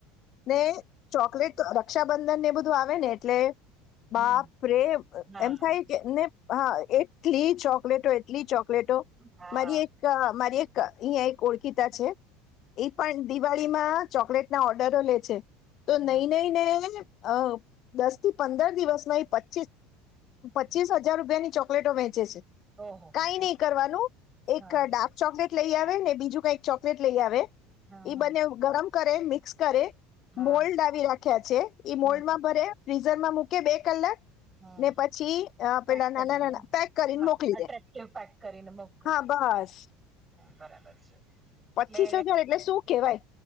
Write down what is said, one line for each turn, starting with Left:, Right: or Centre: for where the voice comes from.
Left: ને ચોકલેટ રક્ષાબંધન ને બધું બધું આવે ને એટલે
Right: હમ
Left: બાપરે
Right: હા
Left: એમ
Right: હા
Left: થાય કે એમને હા એટલી ચોકલેટો એટલી ચોકલેટો
Right: હા,
Left: મારી એક મારી એક અહીં એક ઓળખીતા છે એ પણ પાર્ટી માં ચોકલેટ ના ઓર્ડરો લે છે તો
Right: હા.
Left: નહી નહી ને અ દસ થી પંદર દિવસમાં એ પચીસ પચીસ હજાર રૂપિયાની ચોકલેટો વેંચે છે
Right: ઓહો હો,
Left: કઈ
Right: હો.
Left: નહી કરવાનું એક
Right: હા
Left: ડાર્ક ચોકલેટ લઈ આવે ને બીજું કઈક ચોકલેટ લઈ આવે
Right: હા
Left: એઈ
Right: હા
Left: બને ગરમ કરે મિક્સ કરે
Right: હા
Left: મોલ્ડ આવી રાખ્યા છે
Right: હા
Left: મોલ્ડમાં ભરે ફ્રીઝર માં મૂકે બે કલાક
Right: હા
Left: ને પછી અ,
Right: પેક
Left: પેલા
Right: કરીને
Left: નાના નાના પેક કરીને
Right: હા
Left: મોકલી
Right: એટક્ટિવ
Left: દે
Right: પેક કરીને મોક
Left: હા બસ
Right: બરાબર છે. એટલે
Left: પચીસ હજાર એટલે શું કેવાય